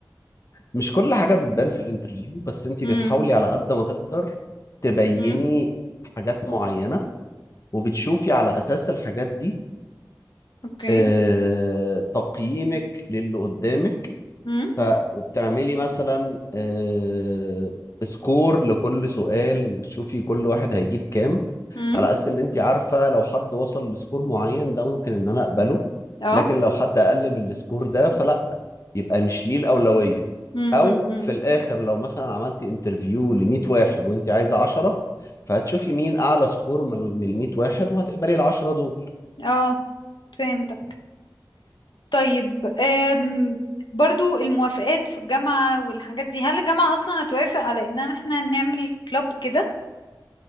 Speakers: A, on the left; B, on the left.
A: مش كل حاجة بتبان في الانترفيو بس انت
B: امم
A: بتحاولي على قد ما تقدر تبيني
B: امم
A: حاجات معينة وبتشوفي على اساس الحاجات دي
B: اوكي
A: آه، تقييمك للي قدامك
B: امم
A: ف وبتعملي مثلا آه، سكور لكل سؤال وتشوفي كل واحد هيجيب كام
B: امم
A: على اساس ان انت عارفه لو حد وصل لسكور معين ده ممكن ان انا اقبله
B: اه
A: لكن لو حد اقل من السكور ده فلا يبقى مش ليه الاولويه
B: امم
A: او في الاخر لو مثلا عملتي انترفيو ل 100 واحد وانت عايزه 10 فهتشوفي مين اعلى سكور من من ال 100 واحد وهتقبلي ال 10 دول
B: اه فهمتك طيب أم برضو الموافقات في الجامعة والحاجات دي هل الجامعة أصلا هتوافق على إن احنا نعمل كلاب كده